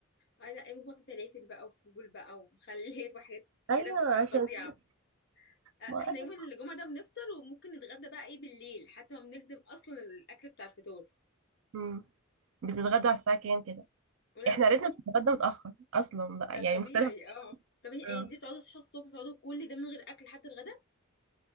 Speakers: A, on the left; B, on the right.
A: آه لا ايه بقى في فلافل بقى وفول بقى ومخليت وحاجات
B: ايوه
A: كده بتبقى
B: عشان
A: فظيعه
B: كده
A: آه، احنا
B: ما- أيوة.
A: يوم الجمعة ده بنفطر وممكن نتغدى بقى ايه بالليل حتى ما بنهدم اصلا الاكل بتاع الفطور
B: مم. بتتغدوا على الساعة كام كده
A: لا
B: احنا
A: ممكن
B: عيلتنا بتتغدى متأخر اصلا بقى
A: ده
B: يعني
A: طبيعي
B: مختلفة
A: اه طبيعي يعني
B: آه.
A: دي بتقعدوا تصحوا الصبح تقعدوا كل ده من غير اكل حتى الغدا